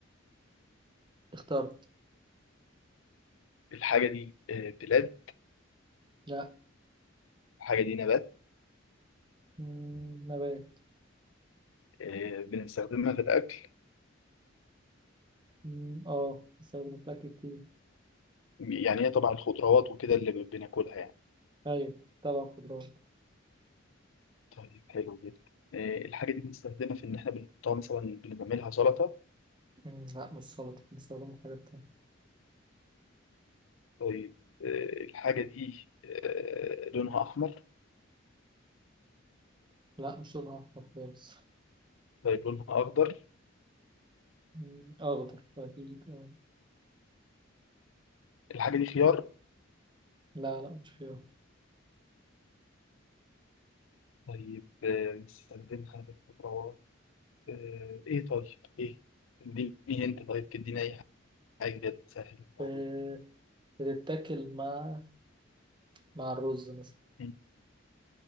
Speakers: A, on the right; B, on the left.
A: اخترت
B: الحاجة دي آه، بلاد
A: لا
B: الحاجة دي نبات
A: مم. نبات
B: آه، بنستخدمها في الأكل
A: مم. اه بستخدمه في الأكل كتير
B: يعني هي طبعا الخضروات وكده اللي ب- بناكلها يعني
A: أيوة طبعا خضروات
B: طيب حلو جدا آه، الحاجة دي بنستخدمها في إن إحنا بنحطها مثلا بنعملها سلطة
A: مم. لا مش سلطة بستخدمه في حاجات تانية
B: طيب آه، الحاجة دي آه، لونها أحمر
A: لا مش لونها أحمر خالص
B: طيب لونها أخضر
A: مم. أخضر أكيد اه
B: الحاجة دي خيار
A: لا لا مش خيار
B: طيب آه، بنستخدمها في الخضروات آه، إيه طيب إيه اديني أنت طيب اديني أي حاجة كده تسهل الموضوع
A: ب- بتتاكل مع مع الرز مثلا
B: مم.